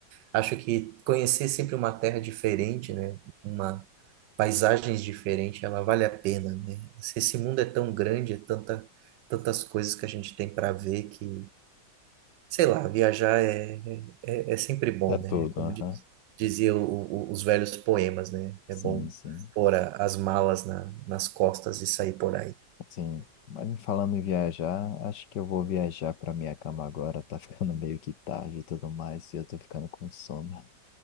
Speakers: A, on the right (about 75°); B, on the left (about 65°).
A: Acho que conhecer sempre uma terra diferente, né? Uma paisagens diferente, ela vale a pena, né? Se Esse mundo é tão grande, é tanta, tantas coisas que a gente tem para ver que, sei lá, viajar é, é, é sempre bom,
B: É tudo,
A: né? É Como
B: aham.
A: diz, dizia o- o- os velhos poemas, né?
B: Sim,
A: É bom
B: sim.
A: pôr a- as malas na, nas costas e sair por aí.
B: Sim, mas falando em viajar, acho que eu vou viajar para minha cama agora. Tá <laughs> ficando meio que tarde e tudo mais, e eu tô ficando com sono.